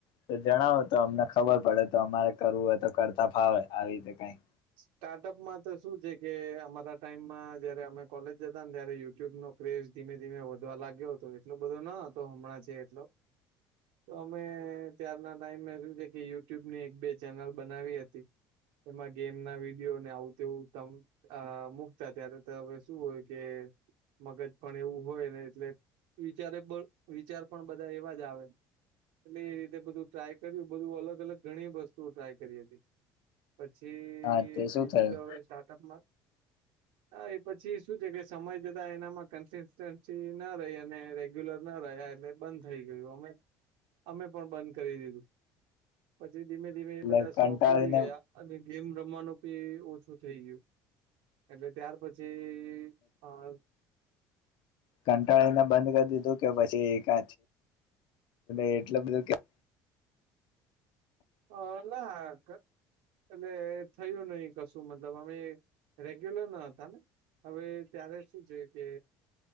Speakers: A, on the left; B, on the right.
A: તો જણાવો તો અમને ખબર પડે તો અમારે કરવું હોય તો કરતા ફાવે આવી રીતે કઈ-
B: સ્ટાર્ટઅપમાં તો શું છે કે અમારા ટાઈમમાં જયારે અમે કોલેજ જતા ને ત્યારે યુટ્યુબ નો- કઝ ધીમે ધીમે વધવા લાગ્યો હતો એટલો બધો ન હતો હમણાં જે એટલો- તો અમે ત્યારના ટાઈમ શું છે કે યુટ્યુબ ની એક બે ચેનલ બનાવી હતી- એમાં- ગેમ ના વિડીયોને આવું તેવું તમ મુકતા ત્યારે તવે શું હોય કે- મગજ પણ એવું હોય ને એટલે વિચારે વિચાર પણ બધા એવા જ આવે- એટલે એ રીતે બધું ટ્રાય કર્યું બધું અલગ અલગ ઘણી વસ્તુઓ ટ્રાય કરી હતી. પછી
A: હા તે શું
B: બીજું
A: થયું
B: તો હવે સ્ટાર્ટઅપમાં- હા એ પછી શું છે કે સમય જતા એનામાં કન્સિસ્ટન્સી ના રહી અને રેગ્યુલર ના રહ્યા એટલે- બંધ થઈ ગયું અમે અમે પણ બંધ કરી દીધું. પછી ધીમે ધીમે
A: એટલે
B: એ બધા શોખ
A: કંટાળીને
B: ઉડી ગયા. અને ગેમ રમવાનું પી ઓછું થઈ ગયું એટલે ત્યાર પછી. કે આ-
A: કંટાળીને બંધ કરી દીધું કે પછી કય એટલ બધું- કે
B: હા <unintelligible> એટલે થયું નહી કશું મતલબ અમે રેગ્યુલર ના હતા ને. હવે ત્યારે શું છે કે